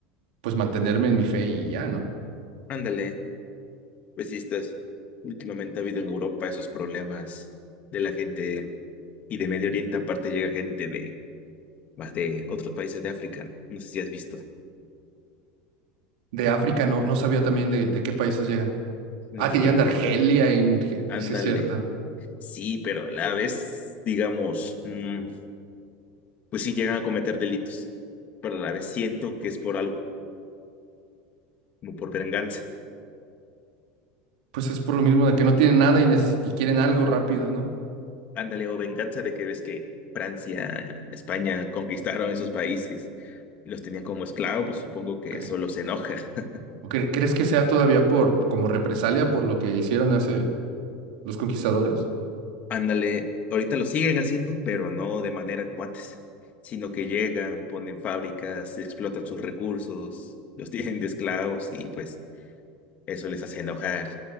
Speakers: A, on the right; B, on the left.
A: pues mantenerme en mi fe y ya, ¿no?
B: Ándale, pues sí estás. Últimamente ha habido en Europa esos problemas de la gente y de Medio Oriente aparte llega gente de más de otros países de África. No sé si has visto.
A: De África no, no sabía también de, de qué países llegan.
B: Nigeria.
A: Ah, que llegan de Argelia y Nige-
B: Ándale.
A: sí es cierto.
B: Sí, pero a la vez, digamos, mm, pues sí llegan a cometer delitos. Pero a la vez siento que es por algo, como por venganza.
A: Pues es por lo mismo de que no tienen nada y, neces- y quieren algo rápido, ¿no?
B: Ándale, o venganza de que ves que Francia, España conquistaron esos países los tenían como esclavos, pues supongo que
A: Ok.
B: eso los enoja. <laughs>
A: ¿O cre- crees que sea todavía por como represalia por lo que hicieron hace los conquistadores?
B: Ándale, ahorita lo siguen haciendo, pero no de manera como antes, sino que llegan, ponen fábricas, explotan sus recursos, <laughs> los tienen de esclavos y pues eso les hace enojar.